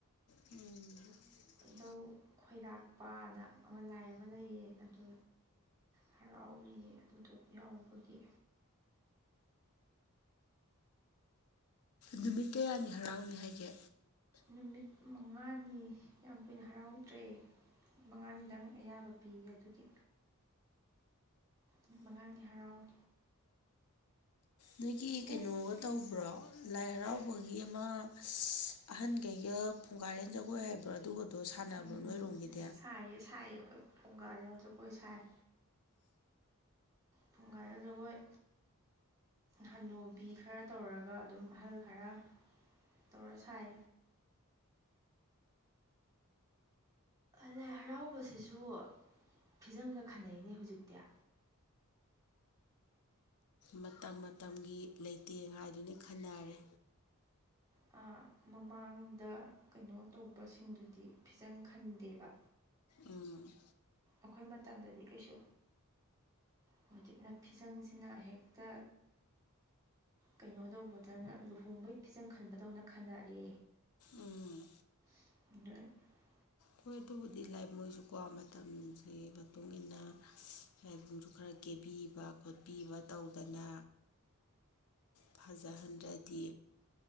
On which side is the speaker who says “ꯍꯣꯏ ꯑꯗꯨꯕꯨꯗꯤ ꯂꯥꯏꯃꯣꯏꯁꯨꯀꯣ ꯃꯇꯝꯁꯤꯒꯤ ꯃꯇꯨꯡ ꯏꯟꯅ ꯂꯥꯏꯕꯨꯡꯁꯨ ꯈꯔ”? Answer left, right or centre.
Left